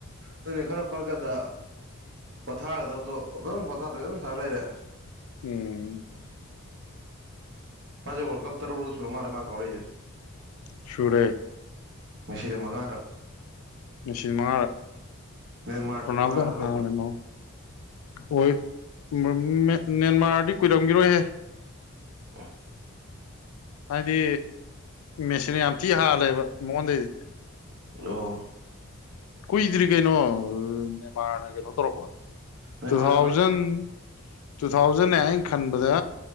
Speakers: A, on the right; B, on the left.
A: ꯑꯗꯨꯅꯦ ꯈꯔ ꯐꯔꯀꯗ ꯄꯣꯊꯥꯒꯗꯕꯗꯣ ꯑꯗꯨꯝ ꯄꯣꯊꯥ ꯒꯗꯕꯗꯣ ꯑꯗꯨꯝ ꯁꯥꯔ ꯂꯩꯔꯦ
B: ꯎꯝ
A: ꯃꯥꯁꯦ ꯋꯔꯂꯗꯀꯥꯞ ꯇꯥꯔꯨꯛ ꯂꯛ ꯁꯨꯔ ꯃꯥꯜꯦ ꯃꯥ ꯀꯧꯔꯑꯀꯂꯤꯁꯦ
B: ꯁꯨꯔꯦ
A: ꯃꯁꯤꯅꯥ ꯃꯉꯥꯔꯛ
B: ꯃꯦꯁꯁꯤꯅꯥ ꯃꯉꯥꯗ
A: ꯅꯦꯃꯥꯔꯁꯨ
B: ꯔꯣꯅꯥꯜꯗꯣꯅ
A: ꯃꯉꯥꯔꯛ ꯑꯣꯏꯕ꯭ꯔꯥ
B: ꯍꯥꯡꯂꯦ ꯃꯃꯡ ꯍꯣꯏ ꯃꯦꯟ ꯅꯦꯃꯔ ꯗꯤ ꯀꯨꯏꯔꯝꯈꯤꯔꯣꯏꯍꯦ
A: ꯑ
B: ꯍꯥꯏꯗꯤ ꯃꯦꯁꯦꯟ ꯌꯥꯝ ꯊꯤ ꯍꯥꯜꯂꯦꯕ ꯃꯉꯣꯟꯗꯩꯗꯤ
A: ꯑꯣ
B: ꯀꯨꯏꯗ꯭ꯔꯤ ꯀꯩꯅꯣ ꯅꯦꯃꯥꯔꯅ ꯀꯩꯅꯣ ꯇꯧꯔꯛꯔꯕ
A: ꯅꯦꯃꯥꯔꯁꯨ
B: ꯇꯨ ꯊꯥꯎꯖꯟ
A: ꯃꯥꯏ
B: ꯇꯨ ꯊꯥꯎꯖꯟ ꯑꯩꯅ ꯈꯟꯕꯗ